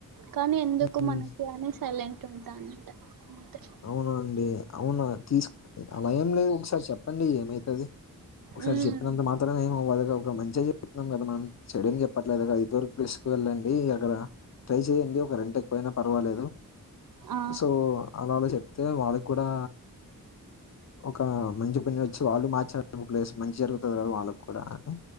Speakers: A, on the right (about 75°); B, on the left (about 50°).
A: కానీ ఎందుకు
B: హ్మ్
A: మనకి అని సైలెంట్ ఉంటా అంట అంతే
B: అవునా అండి అవునా తీసు అలా ఏం లేదు ఒకసారి చెప్పండి ఏమైతది ఒకసారి
A: ఉమ్
B: చెప్పినంత మాత్రమే ఏం అవ్వదు గా ఒక మంచిగా చెప్తున్నాం కదా మనం చెడు ఏమ్ చెప్పట్లేదు గా ఇదు వరకు తీసుకు వెళ్ళండి అక్కడ ట్రై చెయండి ఒక రెంట్ ఎక్కువైనా పర్వాలేదు
A: ఆ
B: సో అలానే చెప్తే వాళ్ళకి కూడా ఒక మంచి పని మ వాళ్ళు <unintelligible> మార్చడడం ప్లేస్ మంచిగా జరుగుతుంది కదా వాళ్ళకు కూడా అని